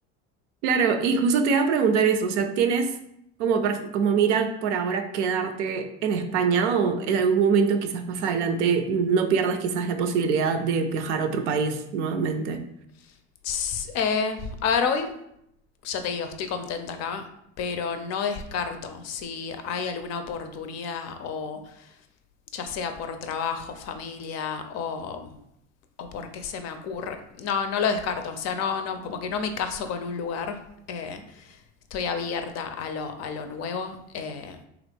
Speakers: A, on the right; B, on the left.
A: Claro, y justo te iba a preguntar eso, o sea, ¿tienes como, per- como mira por ahora quedarte en España o en algún momento quizás más adelante no pierdas quizás la posibilidad de viajar a otro país nuevamente?
B: <laughs> Eh, a ver, hoy ya te digo, estoy contenta acá, pero no descarto si hay alguna oportunidad o ya sea por trabajo, familia o o porque se me ocurre. No, no lo descarto. O sea, no, no, como que no me caso con un lugar. Eh, estoy abierta a lo, a lo nuevo. Eh,